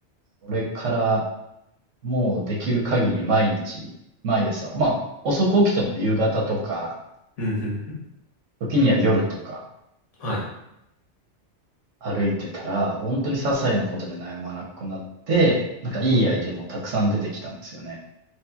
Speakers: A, on the right; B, on the left.
A: それからもうできる限り毎日、毎朝、まあ遅く起きても夕方とか、
B: うん。うん
A: 時には夜とか
B: はい。
A: 歩いてたら、本当に些細なことで悩まなくなって、なんかいいアイデアもたくさん出てきたんですよね。